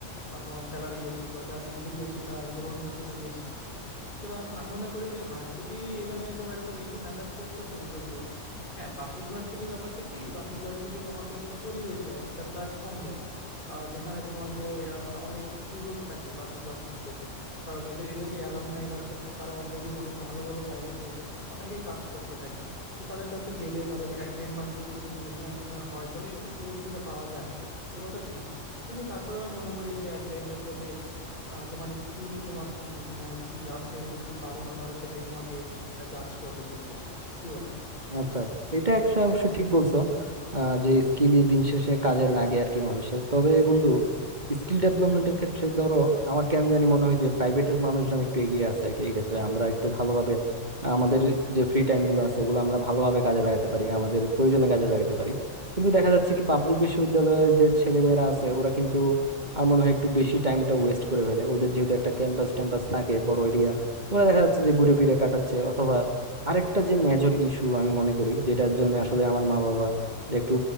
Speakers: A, on the left (about 40°); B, on the right (about 35°).
A: আহ, তোমার স্যালারি বেশি বা যার স্কিল বেশি তার গ্রহণযোগ্যতা বেশি সুতরাং আমি মনে করি যে ভার্সিটি এখানে খুব একটা বেশি ম্যাটার করতেছে না যদিও হ্যাঁ পাবলিক ভার্সিটির ব্যাপারটা কি পাবলিক ভার্সিটি তোমাকে একটা পরিবেশ দেয় একটা প্ল্যাটফর্ম দেয় আহ, যেখানে তোমাকে আহ, অনেক সুযোগ থাকে পাবলিক ভার্সিটিতে কারণ একে- এদের যে অ্যালামনাইরা আছে তা- তারা অলরেডি অনেক ভালো ভালো জায়গাতে অনেকেই কাজ করতে থাকে তো তাদের কাছে গেলে তাদের এক সেম ভার্সিটির যদি জুনিয়র টুনিয়র হয় তাহলে একটু সুযোগ সুবিধা পাওয়া যায় এ কথা ঠিক কিন্তু তারপরে আমি মনে করি যে at the end of the day তোমার স্কিলই তোমার সঙ্গী তোমার কি আছে তুমি কি পারো না পারো সেটাই তোমাকে জাজ করবে দিন শেষে কি বলো
B: আচ্ছা আচ্ছা এটা একটা অবশ্য ঠিক বলছো আহ, যে স্কিলই দিন শেষে কাজে লাগে আর কি মানুষের তবে বন্ধু স্কিল ডেভেলপমেন্টের ক্ষেত্রে ধরো আমার কেন জানি মনে হয় যে প্রাইভেটের মানুষজন একটু এগিয়ে আছে আর কি এই ক্ষেত্রে আমরা একটু ভালোভাবে আমাদের যে ফ্রি টাইম গুলো আছে ওগুলো আমরা ভালোভাবে কাজে লাগাতে পারি আমাদের প্রয়োজনে কাজে লাগাতে পারি কিন্তু দেখা যাচ্ছে কি পাবলিক বিশ্ববিদ্যালয়ের যে ছেলেমেয়েরা আছে ওরা কিন্তু আর মনে হয় একটু বেশি টাইমটা ওয়েস্ট করে ফেলে ওদের যেহেতু একটা ক্যাম্পাস ট্যাম্পাস থাকে বড় এরিয়া ওরা দেখা যাচ্ছে যে ঘুরে ফিরে কাটাচ্ছে আরেকটা যে মেজর ইস্যু আমি মনে করি যেটার জন্য আসলে আমার মা বাবা যে একটু